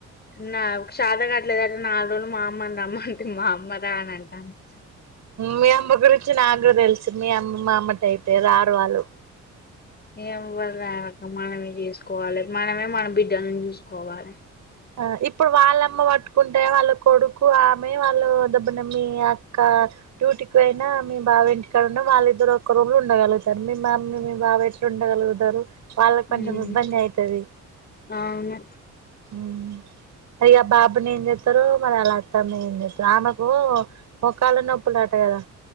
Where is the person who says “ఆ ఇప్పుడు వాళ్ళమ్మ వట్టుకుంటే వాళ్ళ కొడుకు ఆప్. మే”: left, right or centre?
Right